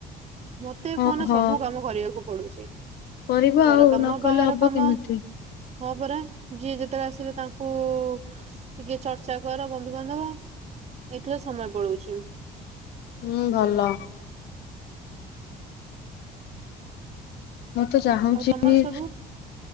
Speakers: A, on the right; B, on the left.
A: ମୋତେ
B: ଓହୋ
A: କୁହନା ସବୁ କାମ କରିବାକୁ ପଡୁଛି।
B: କରିବ
A: ଘରକାମ,
B: ଆଉ ନ କଲେ
A: ବାହାରକାମ
B: ହବ କେମିତି?
A: ହଁ ପରା ଯିଏ ଯେତେବେଳେ ଆସିଲେ ତାଙ୍କୁ ଟିକେ ଚର୍ ର୍ଚ୍ଚା କର ବନ୍ଧୁବାନ୍ଧବ, ଏଇଥିରେ ସମୟ ପଳଉଚୁ।
B: ହୁଁ, ଭଲ। ମୁଁ ତ ଚାହୁଁଛି
A: ଆଉ ତମର
B: ଭି
A: ସବୁ